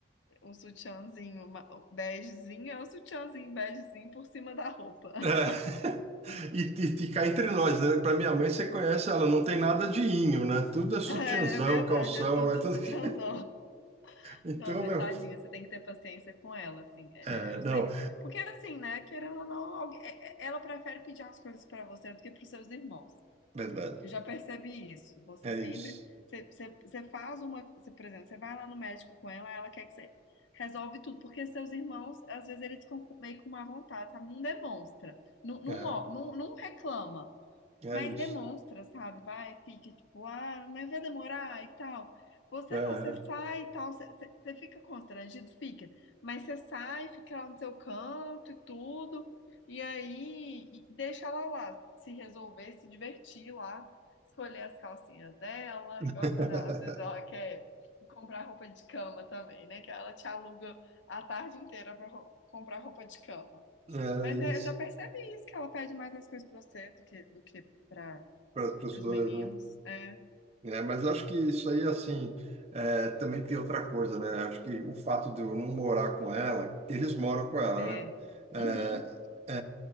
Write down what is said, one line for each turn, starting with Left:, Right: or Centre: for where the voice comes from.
Left: o sutiãzinho ma- o begezinho é o sutiãzinho begezinho por cima da roupa.
Right: É,
Left: <laughs>
Right: e, e, e cá entre nós, né? Pra minha mãe, você conhece ela, não tem nada de inho, né? Tudo é sutiãzão,
Left: É, verdade,
Right: calção,
Left: é tudo
Right: é tudo.
Left: sutiãzão.
Right: <laughs> Então,
Left: Não, mas
Right: meu.
Left: tadinha, você tem que ter paciência com ela, assim. É,
Right: É,
Left: é, eu
Right: não,
Left: sei. Porque assim, né, querendo ou não, algu- é- é- ela prefere pedir as coisas pra você do que pros seus irmãos.
Right: verdade.
Left: Eu já percebi isso. Você
Right: É
Left: sempre,
Right: isso.
Left: você, você, você faz uma, você, por exemplo, você vai lá no médico com ela, ela quer que você resolve tudo, porque seus irmãos, às vezes eles ficam com- meio com má vontade, sabe? Não demonstra, não, não,
Right: É,
Left: mo- não, não reclama.
Right: é
Left: Mas
Right: isso.
Left: demonstra, sabe? Vai, fica tipo, ah, mas vai demorar e tal. Você
Right: É,
Left: não, você sai e tal, você você- você fica constrangido, fica. Mas você sai, fica lá no seu canto e tudo, e aí e deixa ela lá, se resolver, se divertir lá, escolher as calcinhas dela,
Right: <laughs>
Left: igual quando ela- às vezes ela quer ir comprar roupa de cama também, né? Que ela te aluga a tarde inteira para comprar roupa de cama.
Right: é
Left: Mas é,
Right: isso.
Left: eu já percebi isso, que ela pede mais as coisas pra você do que, do que para
Right: Para os
Left: os
Right: dois,
Left: meninos.
Right: né?
Left: É,
Right: É, mas acho que isso aí, assim, é, também tem outra coisa, né? Acho que o fato de eu não morar com ela, eles moram com ela,
Left: é.
Right: né?
Left: Uhum.
Right: É,